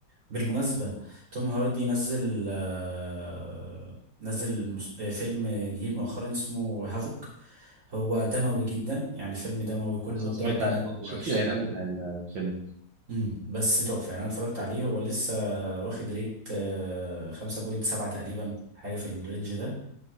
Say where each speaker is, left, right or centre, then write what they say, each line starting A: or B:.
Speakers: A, on the right; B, on the right.
A: بالمناسبة توم هاردي نزل آه، نزل مس- آه، فيلم جديد مؤخرا اسمه هافوك هو دموي جدا يعني فيلم دموي كله
B: بس انا
A: ضرب
B: سمعت
A: نار واكشن
B: شفت الاعلان بتاع الفيلم
A: امم بس تحفة يعني انا اتفرجت عليه هو لسه واخد ريت آه، 5.7 تقريبا حاجة في الرينج ده